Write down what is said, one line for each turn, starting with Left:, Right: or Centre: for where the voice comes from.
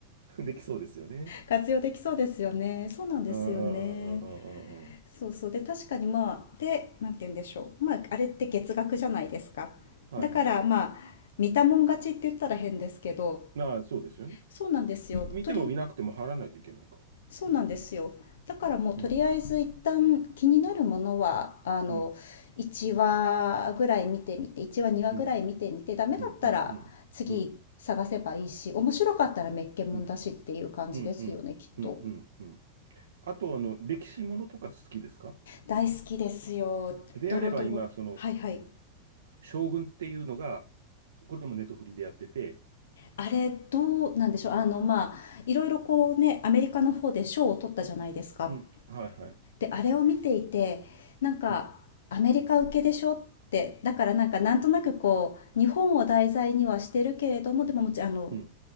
Right: <laughs> できそうですよね。
Left: 活用できそうですよね。そうなんですよね。
Right: ああ、ああ、ああ、あ
Left: そうそうで確かにまあでなんて言うんでしょうまああれって月額じゃないですかだからまあ見たもん勝ちって言ったら変ですけど
Right: あ、はいはい。まあ、そうですよね。
Left: そうなんですよとり
Right: み見ても見なくても貼らないといけないから。
Left: そうなんですよだからもうとりあえず一旦気になるものはあの1話ぐらい見てみて1話2話ぐらい見てみてダメだったら次探せばいいし面白かったらめっけもんだしっていう感じですよねきっと
Right: うん、うん、うん、うん、うん、うん、うん、うん、うん、うん、うん、うん。あと、あの、歴史ものとか好きですか
Left: 大好きですよドロドロはいはい
Right: であれば今、その、将軍っていうのが、これもネットフリでやってて、
Left: あれどうなんでしょうあのまあいろいろこうねアメリカの方で賞を取ったじゃないですか。
Right: うん、はいはい。
Left: であれを見ていてなんかアメリカ受けでしょってだからなんかなんとなくこう日本を題材にはしてるけれどもでももちろんあの
Right: うん、うん、